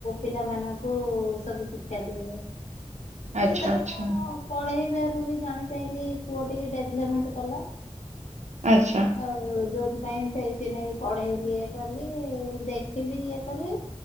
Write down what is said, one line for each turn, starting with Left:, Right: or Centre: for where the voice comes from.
Left: ପିଲାମାନଙ୍କୁ ସବୁ ଶିକ୍ଷା ଦେବେ।
Right: ଆଚ୍ଛା
Left: ସେଥିରେ
Right: ଆଚ୍ଛା।
Left: ମୁଁ ପଢେଇବାରୁ ବି ଜାଣିପାଇଲି ପୁଅ ଟିକେ ଡେଭଲପମେଣ୍ଟ କଲା।
Right: ଆଚ୍ଛା
Left: ଆଉ ଯୋଉଥିପାଇଁ ସେଇଥିିନାଗି ପଢେଇଲି ଇଏ କଲି ଦେଖିବି ଇଏ କରିବି।